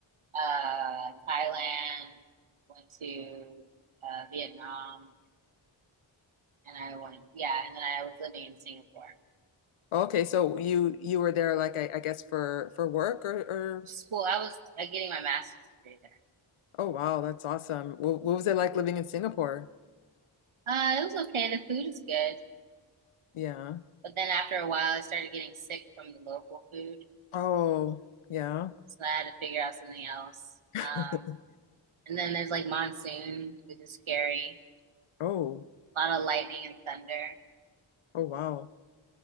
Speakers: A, on the right; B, on the left.
A: uh, Thailand, went to uh, Vietnam, and I went, yeah, and then I was living in Singapore.
B: Okay, so you you were there like I, I guess for for work or or
A: School, I was uh, getting my master's degree there.
B: oh wow, that's awesome. What, what was it like living in Singapore?
A: Uh, it was okay. The food is good.
B: Yeah.
A: But then after a while, I started getting sick from the local food.
B: Oh, yeah.
A: So I had to figure out something else.
B: <laughs>
A: Um, and then there's like monsoon, which is scary.
B: Oh,
A: A lot of lightning and thunder.
B: oh wow.